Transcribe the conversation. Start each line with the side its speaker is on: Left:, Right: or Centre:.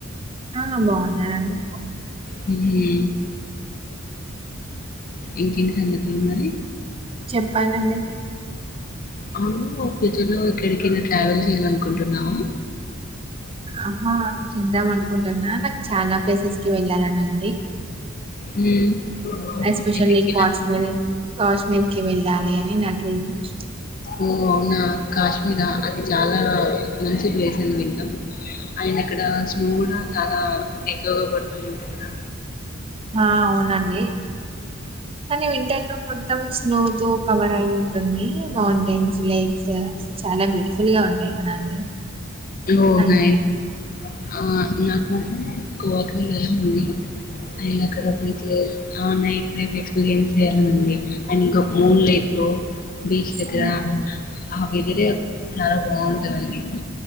Right: ఆ బావున్నారండి.
Left: హుమ్ ఇంకేంటి సంగతులు మరి?
Right: చెప్పాలండి.
Left: అవును ఫ్యూచర్ లో ఎక్కడికైనా ట్రావెల్ చేయ్యాలనుకుంటున్నావా?
Right: ఆహ చేద్దాం అనుకుంటున్నా కానీ చాల ప్లేసెస్ కి వెళ్ళాలని ఉంది.
Left: ఉమ్,
Right: ఎస్పెషల్లీ
Left: ఎక్కడికి వెళ్ళాలండి
Right: కాశ్మీరీ కాశ్మీర్కి వెళ్ళాలి అని ఇన్ అడ్వెంచ్
Left: ఓ అవునా అక్క అయినా అది చాలా మంచి ప్లేస్ అని విన్ డం అండ్ అక్కడ స్నో గూడా చాలా ఎక్కువగా పడుతుంది కదా
Right: హా అవునండి కానీ వింటర్ లో మొత్తం స్నో జో కవర్ అయి ఉం టుంది మౌంటైన్స్ లేక్స్ చాలా బ్యూటిఫుల్ గా ఉంటాయి గదా అండి
Left: ఓ
Right: అందుకే
Left: నైస్ ఆ నాకు గోవాకి వెళ్ళాలని ఉంది పైగా అక్కడ బీచెస్ ఆ నైట్ లైఫ్ ఎక్స్పీరియన్స్ చేయ్యాలనుంది. అండ్ ఇంకా మూన్ లైట్ లో బీచ్
Right: ఉమ్
Left: దగ్గర ఆ వెదరే చాలా బావుంటదండి.